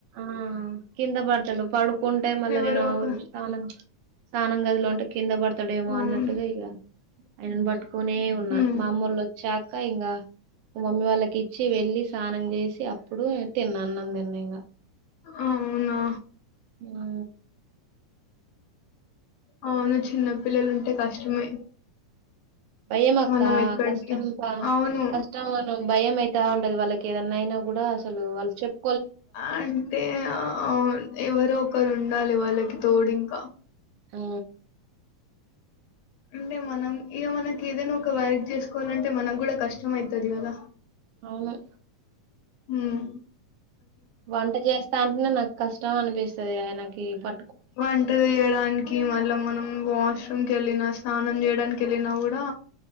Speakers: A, on the right; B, on the left.
A: ఆ కిందపడతడు పడుకుంటే మళ్ళ
B: ఎవరో
A: నేను
B: ఒక
A: స్నానం స్నానం గదిలో ఉంటే కిందపడుతడేమో
B: అవును
A: అన్నట్టుగ ఇగ అయినన్ బట్టుక్ కునే ఉన్న
B: ఉమ్
A: మామ్మెల్లొచ్చాక ఇకా ఇంగా మమ్మీ వాళ్ళకిచ్చి వెళ్ళి స్నానం చేసి అప్పుడు తిన్న అన్నందిన్నిగ ఇంగ
B: అవునా
A: ఊ
B: అవును చిన్న పిల్లలుంటే కష్టమే
A: భయమక్కా
B: మనం ఎక్కడికి
A: కష్టం గ
B: అవును
A: కష్టమనూ భయం అయితా ఉంటది వాళ్ళకి ఏదన్నయినా గూడా అసలు వాళ్ళు చెప్
B: అంటే ఆ ఎవరో ఒకరు ఉండాలి వాళ్ళకి తోడింగ్
A: ఉ
B: అంటే మనం ఇక మనకి ఏదైనా ఒక వర్క్ చేసుకోవాలంటే మనగ కూడా కష్టమ అతుది ఇవద
A: అవును
B: మ్
A: వంట చేస్తా అంటేనే నాకు కష్ట ష్టం అనిపిస్తుంది ఆయనకి ప
B: వంట చేయడానికి మళ్ళ మనం వాష్రూమ్ కెళ్ళినా స్నానం చేయడానికెళ్ళినా కూడా